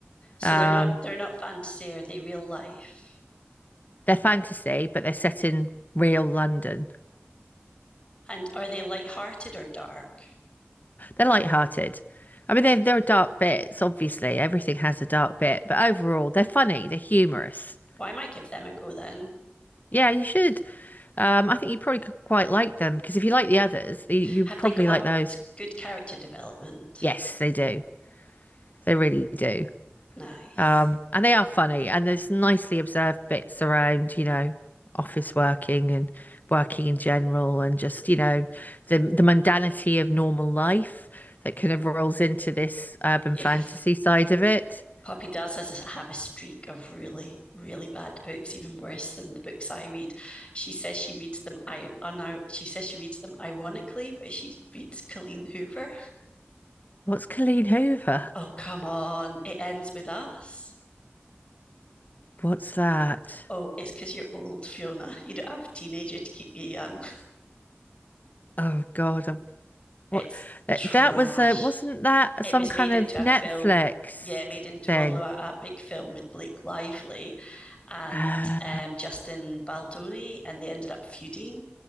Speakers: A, on the left (about 30°); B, on the left (about 45°).
A: So
B: Um,
A: they're not they're not fantasy, are they real life?
B: they're fantasy, but they're set in real London.
A: And are they lighthearted or dark?
B: They're light-hearted. I mean, there there are dark bits, obviously. Everything has a dark bit, but overall, they're funny. They're humorous.
A: Well, I might give them a go then.
B: Yeah, you should. Um, I think you probably could quite like them because if you like the others, you, you
A: Have
B: probably
A: they got
B: like those.
A: good character development?
B: Yes, they do. They really do.
A: Nice.
B: Um, and they are funny, and there's nicely observed bits around, you know, office working and working in general, and just, you know, the the mundanity of normal life that kind of rolls into this urban
A: Yes.
B: fantasy side of it.
A: Poppy does has a, have a streak of really, really bad books, even worse than the books I read. She says she reads them. I un- she says she reads them ironically, but she reads Colleen Hoover.
B: What's Colleen Hoover?
A: Oh come on! It ends with us.
B: What's that?
A: Oh, it's because you're old, Fiona. You don't have a teenager to keep you young.
B: Oh God, I'm- what?
A: It's
B: That
A: trash.
B: that was a, wasn't that
A: It
B: some
A: was
B: kind
A: made into
B: of Netflix
A: a film. Yeah, made into
B: thing?
A: well, no, a, a big film with Blake Lively and
B: Uh,
A: um, Justin Baldoni, and they ended up feuding.